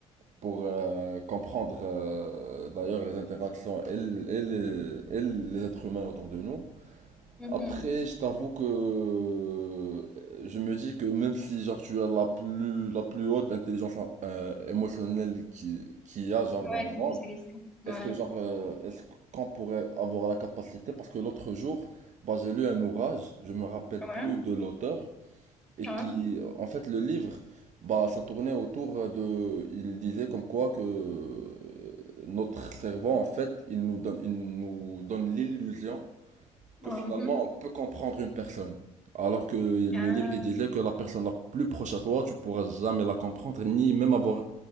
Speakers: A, on the right; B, in the centre.
A: pour euh, comprendre euh, d'ailleurs les interactions et, l- et les, et les êtres humains autour de nous.
B: Mhm.
A: Après, je t'avoue que euh, je me dis que même si genre tu as la plus la plus haute intelligence euh, émotionnelle qui qu'il y a genre
B: ouais,
A: dans le
B: qu'il
A: monde,
B: puisse exister, ouais,
A: est-ce que genre euh, est-ce qu'on pourrait avoir la capacité parce que l'autre jour, bah j'ai lu un ouvrage, je me rappelle
B: ouais,
A: plus de l'auteur, et
B: ouais,
A: qui, en fait, le livre, bah, ça tournait autour de, il disait comme quoi que euh, notre cerveau, en fait, il nous donne, il nous donne l'illusion que
B: Oh,
A: finalement
B: mhm.
A: on peut comprendre une personne. Alors que le
B: Ah,
A: livre, il disait que la personne la plus proche à toi, tu pourras jamais la comprendre, ni même avoir